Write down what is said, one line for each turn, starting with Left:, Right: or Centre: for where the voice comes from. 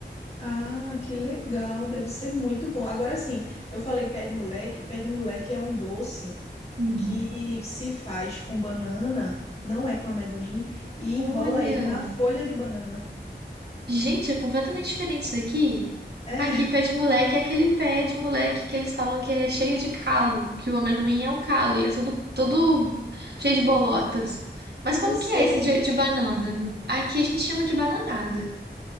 Left: Ah, que legal, deve ser muito bom. Agora sim, eu falei pé de moleque, pé de moleque é um doce
Right: Hum.
Left: que se faz com banana, não é com amendoim, e
Right: Olha!
Left: enrola ele na folha de banana.
Right: Gente, é completamente diferente daqui.
Left: É,
Right: Aqui, pé de moleque é aquele pé de moleque que eles falam que é cheio de calo, que o amendoim é o calo, ele é todo, todo cheio de bolotas. Mas como
Left: <laughs> eu sei.
Right: que é esse de, de banana? Aqui a gente chama de bananada.